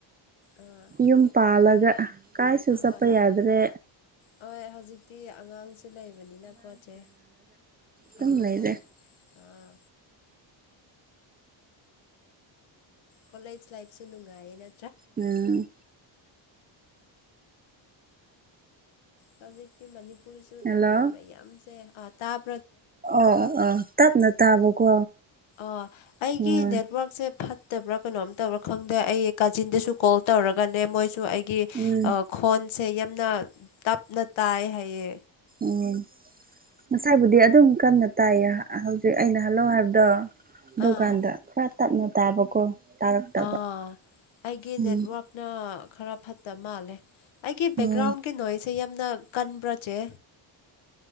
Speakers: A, on the left; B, on the right.
A: ꯑꯥ
B: ꯌꯨꯝ ꯄꯥꯜꯂꯒ ꯀꯥꯏꯁꯨꯨ
A: ꯑꯍꯣꯏ
B: ꯆꯠꯄ ꯌꯥꯗ꯭ꯔꯦ
A: ꯍꯣꯏ ꯍꯧꯖꯤꯛꯇꯤ ꯑꯉꯥꯡꯁꯨ ꯂꯩꯕꯅꯤꯅ ꯀꯣ ꯆꯦ
B: ꯇꯨꯝ
A: ꯑꯥ
B: ꯂꯩꯔꯦ
A: ꯍꯣꯏ ꯑꯥ ꯀꯣꯂꯦꯖ ꯂꯥꯏꯐꯁꯨ ꯅꯨꯡꯉꯥꯏꯌꯦ ꯅ
B: ꯎꯝ
A: ꯍꯧꯖꯤꯛꯇꯤ ꯃꯅꯤꯄꯨꯔꯁꯨ
B: ꯍꯜꯂꯣ
A: ꯂꯥꯟ ꯃꯌꯥꯝꯁꯦ ꯑ ꯇꯥꯞ
B: ꯑꯣ ꯑꯣ ꯇꯞꯅ ꯇꯥꯕꯀꯣ
A: ꯑ ꯑꯩꯒꯤ
B: ꯎꯝ
A: ꯅꯦꯠꯋꯔꯛꯁꯦ ꯐꯠ ꯇꯕ꯭ꯔꯥ ꯀꯩꯅꯣꯝ ꯇꯧꯕ꯭ꯔꯥ ꯈꯪꯗꯦ ꯑꯩ ꯀꯥꯖꯤꯟꯗꯁꯨ ꯀꯣꯜ ꯇꯧꯔꯒꯅꯦ ꯃꯣꯏꯁꯨ ꯑꯩ ꯒꯤ
B: ꯎꯝ
A: ꯑ ꯈꯣꯟꯁꯦ ꯌꯥꯝꯅ ꯇꯞꯅ ꯇꯥꯏꯌꯦ ꯍꯥꯏꯌꯦ
B: ꯎꯝ ꯉꯁꯥꯏꯕꯨꯗꯤ ꯑꯗꯨꯝ ꯀꯟꯅ ꯇꯥꯏꯌꯦ ꯍꯧꯖꯤꯛ ꯑꯩꯅ ꯍꯜꯂꯣꯑꯣ ꯍꯥꯏꯕꯗꯣ ꯑꯗꯨꯀꯥꯟꯗ
A: ꯑꯥ
B: ꯈꯔ ꯇꯞꯅ ꯇꯥꯕꯀꯣ ꯇꯥꯔꯛꯇꯕ
A: ꯑꯥ ꯑꯩꯒꯤ
B: ꯎꯝ
A: ꯅꯦꯠꯋꯥꯔꯛꯅ ꯈꯔ ꯐꯠꯇꯕ ꯃꯥꯜꯂꯦ ꯑꯩꯒꯤ ꯕꯦꯛꯒ꯭ꯔꯥꯎꯟꯒꯤ
B: ꯎꯝ
A: ꯅꯣꯏꯁ ꯁꯦ ꯌꯥꯝꯅ ꯀꯟꯕ꯭ꯔꯥ ꯆꯦ